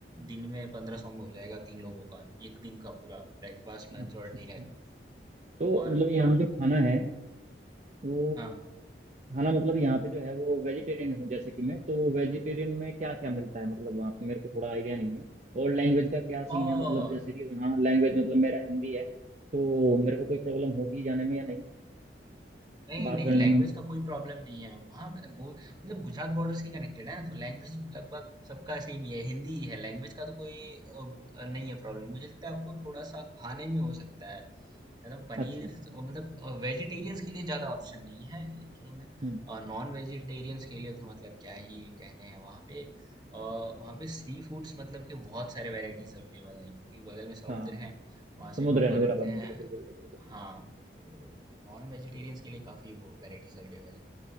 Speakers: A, on the right (about 25°); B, on the right (about 40°).
A: दिन में पंद्रह सौ में हो जाएगा तीन लोगों का एक दिन का पूरा ब्रेकफास्ट लंच
B: अच्छा
A: और
B: अच्छा
A: डिनर
B: तो
A: और
B: मतलब यहाँ जो खाना है वो
A: हाँ
B: खाना मतलब यहाँ पे जो है वो वेजिटेरियन हूँ जैसे कि मैं तो वेजिटेरियन में क्या क्या मिलता है मतलब वहाँ पे मेरे को थोड़ा आइडिया नहीं है और लैंग्वेज का क्या सीन
A: और
B: है मतलब जैसे कि वहाँ लैंग्वेज मतलब मेरा हिंदी है तो मेरे को कोई प्रॉब्लम होगी जाने में या नहीं
A: नहीं
B: बात
A: नहीं
B: करने
A: लैंग्वेज
B: में
A: का कोई प्रॉब्लम नहीं है वहाँ मतलब बहुत मतलब गुजरात बॉर्डर से कनेक्टेड है ना, तो लैंग्वेज लगभग सबका सेम ही है हिंदी ही है लैंग्वेज का तो कोई अ, नहीं है प्रॉब्लम मुझे लगता है आपको थोड़ा सा खाने में हो सकता है यार पनीर
B: अच्छा
A: से- और मतलब वेजिटेरियंस के लिए ज्यादा ऑप्शन नहीं है लेकिन
B: हम्म
A: नॉन वेजिटेरियंस के लिए तो मतलब क्या ही कहने हैं वहाँ पे अ, वहाँ पे सी फूड्स मतलब कि बहुत सारे वैरायटीज अवेलेबल हैं क्योंकि बगल में समुद्र
B: हाँ
A: है वहाँ
B: समुद्र
A: से लोग
B: है
A: पकड़ते
B: ना बराबर
A: हैं
B: में बिल्कुल बिल्कुल बिल्कुल।
A: हाँ तो नॉन वेजिटेरियंस के लिए काफी वो वैरायटीज अवेलेबल है